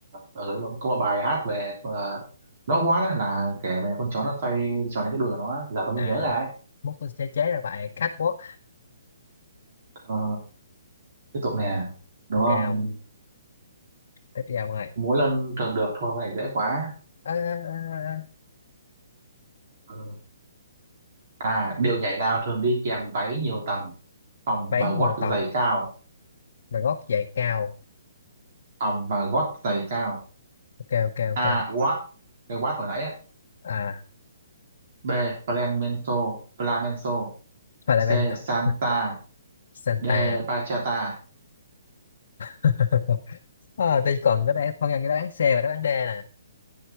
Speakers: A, on the right; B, on the left.
A: ừ, đúng rồi, có một bài hát về ờ, nó Watt á là kể về con chó nó xoay tròn cái đuôi của nó. Giờ tôi mới
B: à
A: nhớ ra ấy.
B: mốt tôi sẽ chế ra bài catwalk
A: Ờ, tiếp tục nè. Đúng
B: ok
A: không?
B: không tiếp đi ông ơi
A: Múa lân thường được thôi cái này dễ quá.
B: Ơ, ơ, ơ, ơ,
A: Ờ. À, điệu nhảy nào thường đi kèm váy nhiều tầng, vòng
B: váy
A: và
B: nhiều
A: gót
B: tầng
A: giày cao,
B: và gót giày cao
A: vòng và gót giày cao.
B: ok ok ok
A: A. Watt, cái watt hồi nãy á.
B: à
A: B. Flamenco, flamenco.
B: Valentine
A: C. Salsa,
B: Santa
A: D. Bachata.
B: <laughs> à, tôi còn đáp án phân nhân cái đáp án C và đáp án D nè